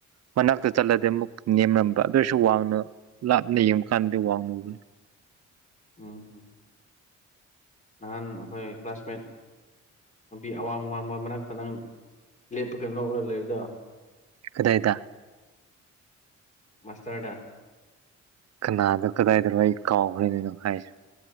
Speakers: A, on the right; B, on the left.
A: ꯃꯅꯥꯛꯇ ꯆꯠꯂꯗꯤ ꯑꯃꯨꯛ ꯅꯦꯝꯂꯝꯝꯕ ꯑꯗꯨ ꯑꯣꯏꯔꯁꯨ ꯋꯥꯡꯅ ꯂꯥꯞꯅ ꯌꯦꯡꯕ ꯀꯥꯟꯗꯗꯤ ꯋꯥꯡꯅ ꯎꯕꯅꯤ
B: ꯎꯝ ꯅꯍꯥꯟ ꯑꯩꯈꯣꯏ ꯀ꯭ꯂꯥꯁꯃꯦꯠ ꯅꯨꯄꯤ ꯑꯋꯥꯡ ꯋꯥꯡꯕ ꯃꯔꯛꯇ ꯅꯪ ꯂꯦꯞꯄꯒ ꯅꯣꯛꯔꯛ ꯂꯩꯕꯗꯣ
A: ꯀꯗꯥꯏꯗ
B: ꯃꯥꯁꯇꯔꯗ
A: ꯀꯅꯥꯗ ꯀꯗꯥꯏꯗ ꯑꯩ ꯀꯥꯎꯈ꯭ꯔꯦꯅꯦ ꯅꯪ ꯍꯥꯏꯁꯦ